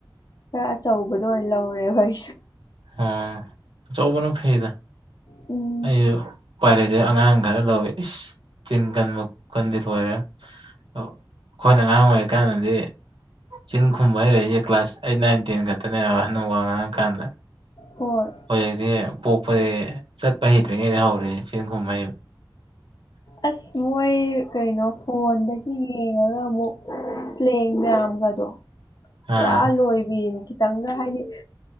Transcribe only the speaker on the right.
ꯑꯣ ꯑꯆꯧꯕꯅ ꯐꯩꯗ
ꯑꯩꯁꯨ ꯄꯥꯏꯔꯛꯁꯦ ꯑꯉꯥꯡ ꯈꯔ ꯂꯧꯋꯦ ꯏꯁ ꯆꯤꯟ ꯀꯟ ꯃ ꯀꯟ ꯏꯔꯔꯕꯔꯦ ꯑꯩꯈꯣꯏꯅ ꯑꯉꯥꯡ ꯑꯣꯏꯔꯤꯀꯥꯟꯗꯗꯤ ꯆꯤꯟ ꯈꯨꯝꯕ ꯍꯩꯔꯛꯏꯁꯦ ꯀ꯭ꯂꯥꯁ ꯑꯩꯠ ꯅꯥꯏꯟ ꯇꯦꯟ ꯈꯛꯇꯅꯦꯕ ꯋꯥꯍꯟꯅ ꯋꯥ ꯉꯥꯡꯉꯀꯥꯟꯗ
ꯍꯧꯖꯤꯛꯇꯤ ꯄꯣꯛꯄꯗꯤ ꯆꯠꯄ ꯍꯩꯇ꯭ꯔꯤꯉꯩꯗ ꯍꯧꯔꯦ ꯏꯦꯟ ꯀꯨꯝꯍꯩ
ꯑꯥ